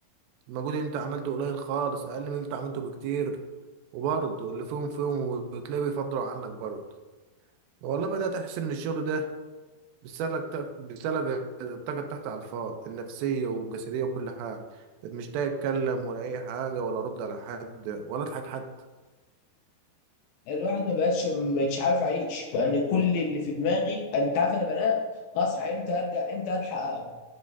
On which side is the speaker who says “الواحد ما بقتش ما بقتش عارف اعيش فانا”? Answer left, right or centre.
Left